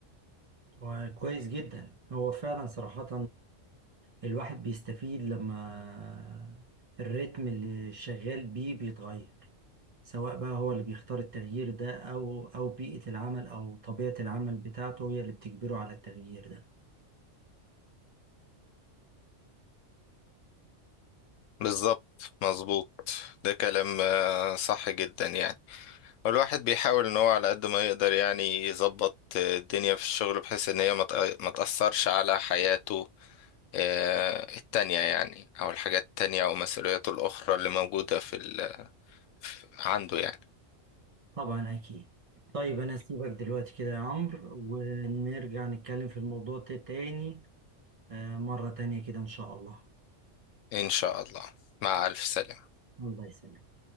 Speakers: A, on the right; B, on the left.
A: وكويس جدا هو فعلا صراحة الواحد بيستفيد لما الريتم اللي شغال بيه بيتغير سواء بقى هو اللي بيختار التغيير ده أو أو بيئة العمل أو طبيعة العمل بتاعته هي اللي بتجبره على التغيير ده
B: بالظبط مظبوط ده كلام آه، صح جدا يعني والواحد بيحاول ان هو على قد ما يقدر يعني يظبط آه، الدنيا في الشغل بحيث ان هي ما تأ- ما تأثرش على حياته آه، التانية يعني او الحاجات التانية او مسؤولياته الاخرى اللي موجودة في ال عنده يعني
A: طبعا أكيد طيب أنا أسيبك دلوقتي كده يا عمرو ونرجع نتكلم في الموضوع ده تاني آه، مرة تانية كده إن شاء الله
B: إن شاء الله مع ألف سلامة
A: الله يسلمك